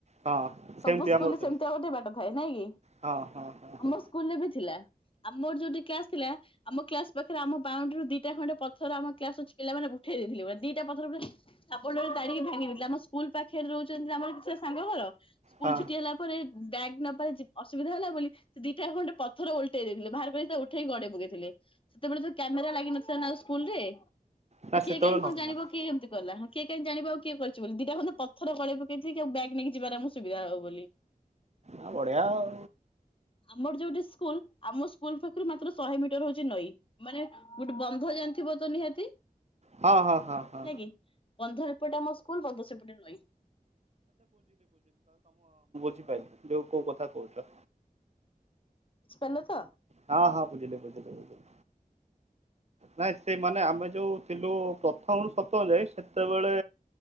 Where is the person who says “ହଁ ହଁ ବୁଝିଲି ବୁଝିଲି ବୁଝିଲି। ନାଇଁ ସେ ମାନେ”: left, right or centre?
Right